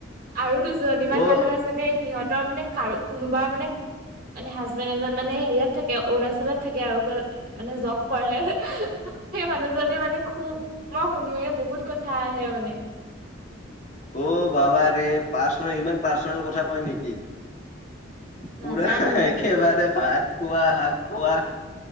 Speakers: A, on the right; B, on the left.
A: আৰু দুজনীমান
B: অ
A: মানুহ আছে দেই সিহঁত তৰ মানে কাৰ কোনোবাৰ মানে মানে হাজবেণ্ড এজন মানে হেৰিয়াত থাকে অৰুণাচলত থাকে আৰু। মানে জব কৰে, সেই মানুহজনে মানে খুব মই শুনোয়ে বহুত কথা আহে মানে।
B: অ' বাবা ৰে পাৰ্চনেল ইমান পাৰ্চনেল কথা কয় নেকি? পুৰা
A: নাজানো
B: একেবাৰে
A: আৰু
B: ভাত খোৱা, শাক খোৱা